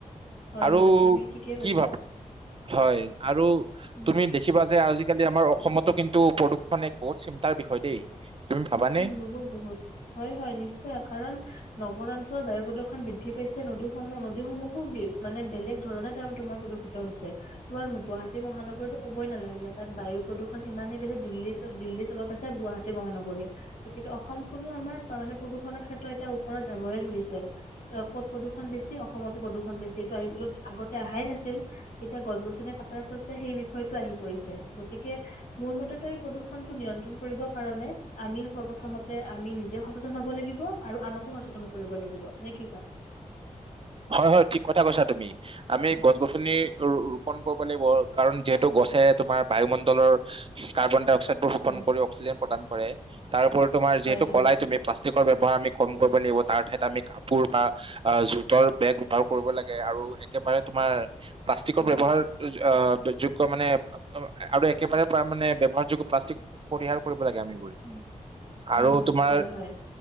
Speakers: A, on the left; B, on the right.
A: হয়,
B: আৰু
A: হয়, তুমি ঠিকে কৈছা।
B: কি ভাব হয় আৰু
A: উম।
B: তুমি দে দেখিবা যে আজিকালি আমাৰ অসমতো কিন্তু প্ৰদূষণ এক চিন্তাৰ বিষয় দেই। তুমি ভাবানে?
A: উম উম বহুত বহুত হয় হয় নিশ্চয় কাৰণ- নগৰ অঞ্চলৰ বায়ু প্ৰদূষণ বৃদ্ধি পাইছে নদীসমূহ নদীসমূহো মানে বেলেগ ধৰণে তে তোমাৰ প্ৰদূষ ত হৈছে তোমাৰ গুৱাহাটী মহানগৰীতো ক'বই নালাগে তাত বায়ু প্ৰদূষণ ইমানেই বেছি দিল্লীৰ দিল্লীৰ তলত আছে গুৱাহাটী মহানগৰ গতিকে অসম খনো আমাৰ মানে প্ৰদূষণৰ ক্ষেত্ৰ এতিয়া ওপৰত যাবহে ধৰিছে। অ কত প্ৰদূষণ বেছি অসমত প্ৰদূষণ বেছি এইটো য'ত আগতে অহাই নাছিল তেতিয়া গছ গছনি কাটাৰ ফলত সেই বিষয়টো আহি পৰিছে গতিকে মোৰ মতেটো এই পদূষনটো নিয়ন্ত্ৰণ কৰিবৰ কাৰণে আমি সৰপ্ৰথমতে আমি নিজে সচেতন হব লাগিব আৰু আনকো সচেতন কৰিব লাগিব নে কি কোৱা
B: হয় হয় ঠিক কথা কৈছা তুমি আমি গছ গছনি ৰোপন কৰিব লাগিব কাৰণ যিহেতু গছে তোমাৰ বায়ুমণ্ডলৰ কাৰ্বন ডাই অক্সাইডবোৰ শোষণ
A: উম,
B: কৰিক্সিজেন প্ৰদান কৰে তাৰ উপৰত তোমাৰ
A: হয়
B: যিহেতু
A: হয়
B: কলাই তুমি প্লাষ্টিকৰ ব্যৱহাৰ আমি কম কৰিব লাগিব তাৰ ঠাইত আমি কাপোৰ বা জু তোৰ বেগ ব্যৱহাৰ কৰিব লাগে আৰু একেবাৰে তোমাৰ প্লাষ্টিকৰ
A: হয়
B: ব্যৱহাৰ অ দোযুক মানে অ আৰু একেবাৰে পৰা মানে ব্যৱহাৰযোগ্য প্লাষ্টিক পৰিহাৰ কৰিব লাগে আমি বোৰে
A: উম
B: আৰু
A: হম
B: তোমাৰ
A: হয় হয়